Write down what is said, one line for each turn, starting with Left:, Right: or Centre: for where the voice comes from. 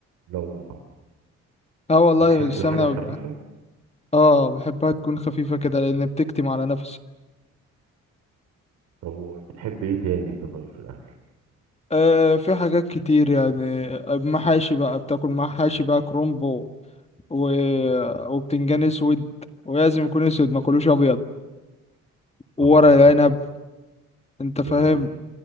Right: لا والله
Left: اه والله
Right: بتحب
Left: السمنة
Right: الحاجه الخفيفه
Left: ببقى- اه بحبها تكون خفيفة كده لأن بتكتم على نفسي
Right: طب وبتحب ايه تاني انت طيب في الاكل
Left: آه في حاجات كتير يعني محاشي بقى بتاكل محاشي بقى كرومبو و... وبتنجان اسود ولازم يكون اسود ما كلوش ابيض وورق
Right: الله
Left: العنب انت
Right: جميل
Left: فاهم